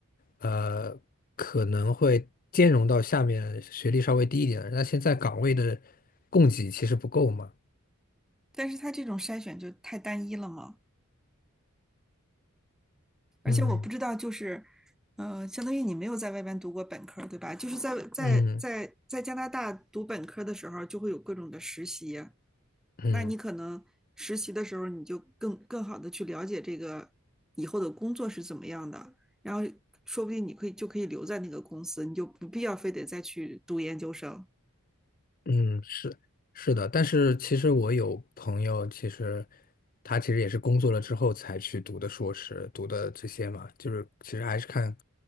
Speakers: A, on the left (about 40°); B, in the centre.
A: 呃可能会兼容到下面学历稍微低一点的。那现在岗位的供给其实不够嘛，
B: 但是他这种筛选就太单一了嘛。而且我不知道，
A: 嗯
B: 就是，嗯，相当于你没有在外边读过本科，对吧？就是在在在在加拿大读本科的时候，
A: 嗯
B: 就会有各种的实习，
A: 嗯。
B: 那你可能实习的时候，你就更更好的去了解这个以后的工作是怎么样的，然后说不定你可以就可以留在那个公司，你就不必要非得再去读研究生。
A: 嗯，是是的，但是其实我有朋友，其实他其实也是工作了之后才去读的硕士，读的这些嘛，就是其实还是看